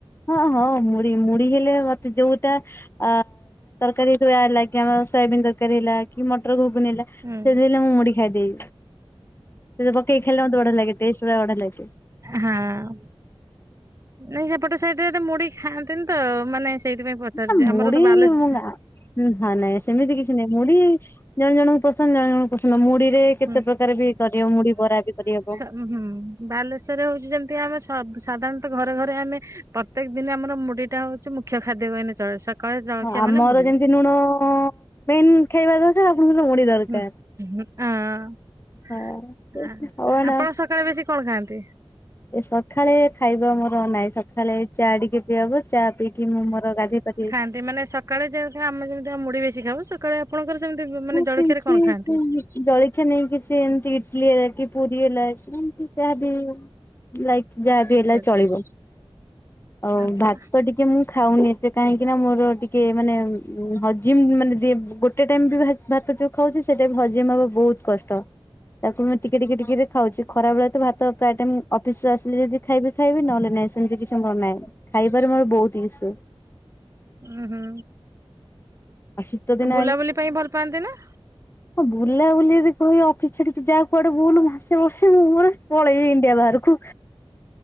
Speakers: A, on the left; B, on the right.
A: ହଁ ହଁ ମୁଢ଼ି ମୁଢି ହେଲେ ମତେ ଯୋଉଟା ଆ। ତରକାରୀ ହେଗୁରା ହେଲା କି ଆମର ସୋୟାବିନ୍ ତରକାରୀ ହେଲା କି ମଟର ଘୁଗୁନି ହେଲା। ସେମିତି
B: ହୁଁ
A: ହେଲେ ମୁଁ ମୁଢ଼ି ଖାଇଦେବି ସେ ଯୋଉ ପକେଇକି ଖାଇଲେ ମତେ ବଢିଆ ଲାଗେ ଟେଷ୍ଟ ପୁରା ବଢିଆ ଲାଗେ।
B: ହାଁ ନାଇଁ ସେପଟ ସାଇଟ୍ ରେ ଏତେ ମୁଢ଼ି ଖାଆନ୍ତିନି ତ ମାନେ। ସେଇଥିପାଇଁ ପଚାରୁଛି
A: ନା ମୁଢି
B: ଆମର ତ ବାଲେଶ
A: ମୁଁ ଖାଏ ହଁ ନାଇଁ ସେମିତି କିଛି କିଛି ନାହିଁ ମୁଢି ଜଣ ଜଣଙ୍କୁ ପସନ୍ଦ ଜଣ ଜଣଙ୍କୁ ପସନ୍ଦ ନୁହଁ ମୁଢି ରେ। କେତେ
B: ହୁଁ
A: ପ୍ରକାର ବି କରିହବ ମୁଢ଼ି ବରା ବି କରିହବ।
B: ଉଁ ହୁଁ ବାଲେଶ୍ୱରରେ ହଉଛି ଯେମିତି ଆମେ ସ ସାଧାରଣତଃ ଘରେ ଘରେ ଆମେ। ପ୍ରତ୍ୟେକ ଦିନ ଆମ ମୁଡିଟା ହଉଛି ମୁଖ୍ୟ ଖାଦ୍ୟ କହିଲେ ଚଳେ। ସକାଳେ ଜଳଖିଆ
A: ହଁ ଆମର
B: ମାନେ ମୁଢି।
A: ଯେମିତି ଲୁଣ ମେନ୍ ଖାଇବା ଦରକାର ଆପଣଙ୍କର ମୁଡ଼ି ଦରକାର।
B: ହୁଁ ହୁଁ ଅଁ
A: ହଁ। ହଉ ନା
B: ଆପଣ ସକାଳେ ବେଶୀ କଣ ଖାଆନ୍ତି।
A: ଏ ସଖାଳେ ଖାଇବା ମୋର ନାହିଁ ସଖାଳେ। ଚା ଟିକେ ପିଆ ହେବ ଚା ପିଇକି ମୁଁ ମୋର ଗାଧେଇ ପାଧେଇ
B: ଖାନ୍ତି ମାନେ ସକାଳେ ଯେମିତି ଆମେ ଯେମିତି ମୁଡି ବେଶୀ ଖାଉ ସକାଳେ ଆପଣଙ୍କର ସେମିତି ମାନେ
A: ମୁଁ
B: ଜଳଖିଆରେ
A: କିଛି
B: କଣ ଖାଆନ୍ତି?
A: ଜଳଖିଆ ନେଇ କିଛି ଏମତି ଇଟଲି ହେଲା କି ପୁରୀ ହେଲାମତି ଯହା ବି ଲାଇକ୍ ଯାହାବି
B: ଆଚ୍ଛା
A: ହେଲା
B: ଆଚ୍ଛା
A: ଚଳିବ ଆଉ
B: ଆଚ୍ଛା
A: ଭାତ ଟିକେ ଟିକେ ମୁଁ ଖାଉନି ଏତେ କାହିଁକି ନା ମୋର ଟିକେ ମାନେ ହଜିମ ମାନେ ଦି ଗୋଟେ ଟାଇମ ବି ଭା ଭାତ ଯୋଉ ଖାଉଛି ସେଟା ଭଜି ମବା ବହୁତ କଷ୍ଟ। ତାକୁ ମୁଁ ଟିକେ ଟିକେ ଟିକେରେ ଖାଉଛି ଖରା ବେଳେ ତ ଭାତ ପ୍ରାୟ ଟାଇମ ଅଫିସ ରୁ ଆସିଲି ଯଦି ଖାଇବି ଖାଇବି ନହେଲେ ନାହିଁ ସେମିତି କିଛି ମୋର ନାହିଁ ଖାଇବାରେ ମୋର ବହୁତ ଇଶୁ।
B: ଉୁଁ ହୁଁ
A: ଶୀତ ଦିନ
B: ଆଉ ବୁଲାବୁଲି ପାଇଁ ଭଲ ପାଆନ୍ତି ନା।
A: ହଁ ବୁଲା ବୁଲି ଯି କହିବ ଅଫିସ ଛାଡେ ଯା କୁଆଡେ ବୁଲୁ ତେ ବର୍ଷେ ମୁଁ ମୋର ପଳେଇବି ଇଣ୍ଡିଆ ବାହାରକୁ।